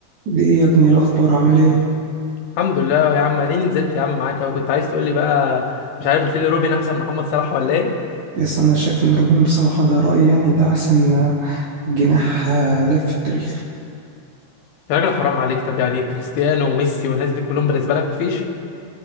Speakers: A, on the right; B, on the left.
A: ليه يا ابني إيه الأخبار عامل ايه؟
B: الحمد لله يا عم اديني نزلت يا عم معاك اهو كنت عايز تقول لي بقى مش عارف قلت لي روبن احسن من محمد صلاح ولا ايه
A: يس أنا شايف إن روبن بصراحة ده رأيي يعني ده أحسن آه، جناح آه، لف في التاريخ
B: يا راجل حرام عليك طب يعني كريستيانو وميسي والناس دي كلهم بالنسبه لك مفيش